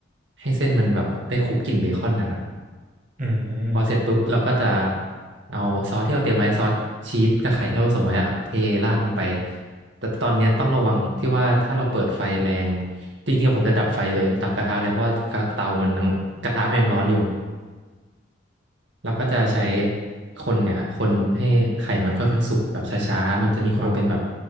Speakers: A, on the right; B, on the right.
A: ให้เส้นมันแบบได้คลุกกลิ่นเบคอนนะครับ
B: อืม
A: พอเสร็จปุ๊บเราก็จะเอาซอสที่เราเตรียมไว้ซอสชีสกับไข่ที่เราผสมไว้อะเทราดลงไปแต่ตอนเนี้ยต้องระวังที่ว่าถ้าเราเปิดไฟแรงจริงๆผมจะดับไฟเลยดับกระทะเลยเพราะว่ากระเตามันยังกระทะมันยังร้อนอยู่แล้วก็จะใช้คนเนี่ยคนให้ไข่มันค่อยๆสุกแบบช้าๆมันจะมีความเป็นแบบ
B: โอ้